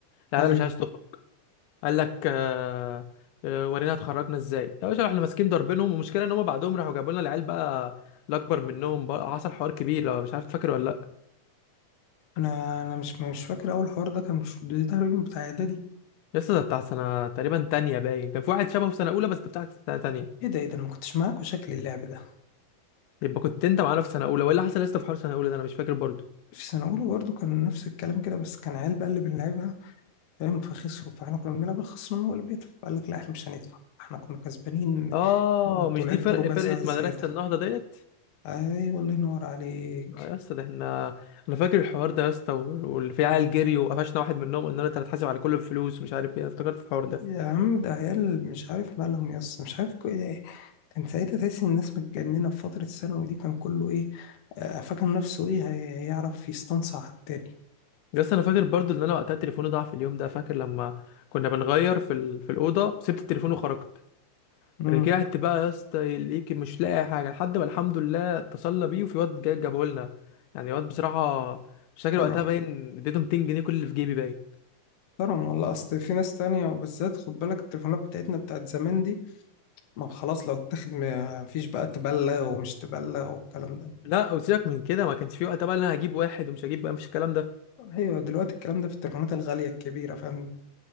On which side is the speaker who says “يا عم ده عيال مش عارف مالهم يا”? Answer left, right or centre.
Left